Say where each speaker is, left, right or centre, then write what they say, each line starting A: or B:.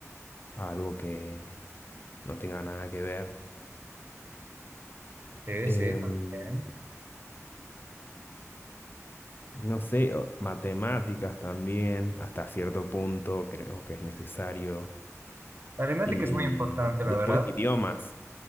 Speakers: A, on the left; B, on the right.
A: a algo que no tenga nada que ver.
B: Sí,
A: Em,
B: sí, también.
A: no sé, o- matemáticas también, hasta cierto punto creo que es necesario.
B: La aritmética
A: Y
B: es muy importante, la
A: después
B: verdad.
A: idiomas,